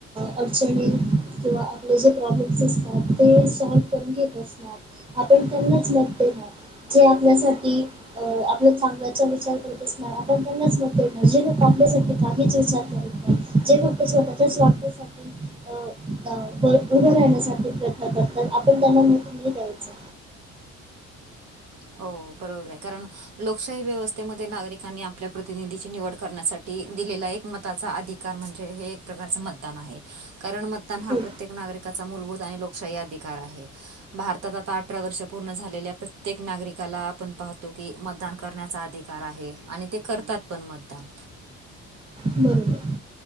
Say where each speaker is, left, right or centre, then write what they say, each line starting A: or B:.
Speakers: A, on the right; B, on the right.
A: अडचणी किंवा आपले जे प्रॉब्लेम्स असतात ते सॉल्व करून घेत असतात. आपण त्यांनाच मत देनार जे आपल्यासाठी आपलं चांगल्याचा विचार करत असणार आपण त्यांनाच मत देणार जे लोक आपल्यासाठी काहीच विचार करत नाही. जे फक्त स्वतःच्या स्वार्थासाठी अ उभं राहण्यासाठी प्रयत्न करतात आपण त्यांना मत नाही द्यायचं.
B: हो बरोबर आहे कारण लोकशाही व्यवस्थेमध्ये नागरिकांनी आपल्या प्रतिनिधीची निवड करण्यासाठी दिलेला एक मत ताचा अधिकार म्हणजे हे एक प्रकारच मतदान आहे कारण मतदान हा
A: हो
B: प्रत्येक नागरिक चा मुलभूत आणि लोकशाही अधिकार आहे भारतात आता अठरा वर्ष पूर्ण झालेल्या प्रत्येक नागरिकाला आपण पाहतो की मतदान करण्याचा अधिकार आहे. आणि ते करतात पण मतदान.
A: बरोबर.